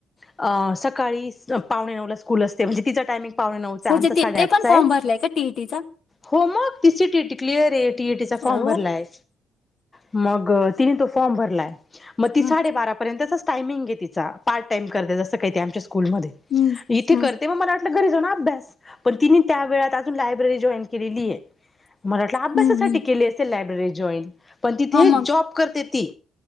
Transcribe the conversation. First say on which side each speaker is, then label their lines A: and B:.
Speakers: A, on the left (about 30°); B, on the left (about 55°).
A: अ सकाळी पावणे नऊला स्कूल असते म्हणजे तिचा टायमिंग पावणे नऊचा
B: म्हणजे
A: हाय आमचा साडेआठचा
B: तिथे पण फॉर्म
A: आहे
B: भरलाय का टीईटीचा
A: हो मग ती सीटीटी क्लिअर ए. टीएटी चा फॉर्म
B: ओ
A: भरला आहे. मग तिने तो फॉर्म भरलाय मग ती
B: हम्म
A: साडेबारापर्यंतचाच टायमिंग आहेे तिचा पार्ट टाइम करते जसं काय ते आमच्या स्कूलमध्ये
B: हम्म
A: इथे
B: हम्म
A: करते म मला वाटलं घरी जाऊ ना अभ्यास पण तिने त्या वेळात अजून लायब्ररी जॉईन केलेली आहे मराठ अभ्यासासाठी
B: हम्म
A: केली असेल लायब्ररी जॉईन पण तिथे
B: हा मग
A: जॉब करते ती